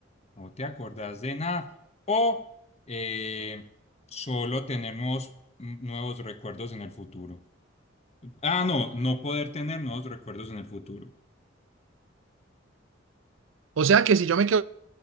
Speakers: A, on the left; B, on the right.
A: No te acordás de nada. O eh, solo tener nuevos, mm, nuevos recuerdos en el futuro. Ah, no, no poder tener nuevos recuerdos en el futuro.
B: O sea que si yo me quedo